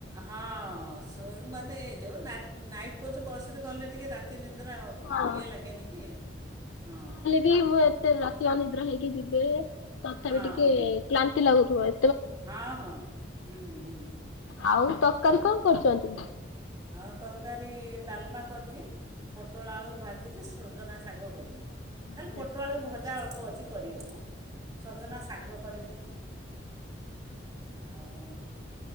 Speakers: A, on the right; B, on the left.
A: ହଁ ଶୋଇ ମାନେ ଯୋଉ ନାଟ୍ ନାଇଟ୍ କୋଚ୍ ବସ୍ ରେ ଗଲେ ଟିକେ ରାତି ନିନ୍ଦ୍ରା ଅ
B: ହଁ
A: ଇଏ ଲାଗେନି କି ହଁ
B: କି ବୋ- ଏତେ ରାତି ଅନିଦ୍ରା ହେଇକି ଯିବେ ତଥାପି
A: ହଁ
B: ଟିକିଏ କ୍ଳାନ୍ତି ଲାଗୁଥିବ ଏ
A: ହଁ, ହଁ, ହୁଁ, ହୁଁ, ହୁଁ।
B: ଆଉ ତକାରୀ
A: ତାପରେ
B: କଣ କରଚନ୍ତି?
A: ହଁ ତରକାରୀ ଡାଲ୍ମା କରିଚି। ପୋଟଳ ଆଳୁ ଭାଜିଚି ସଜନା ଶାଗ କରିଚି।
B: ଆଚ୍ଛା
A: ଆଁ- ଖାଲି ପୋଟଳ
B: ଆଚ୍ଛା।
A: ଭଜା ଅଳ୍ପ ଅଛି କରିଆକୁ ସଜନା ଶାଗ କରିଚି। ଆଉ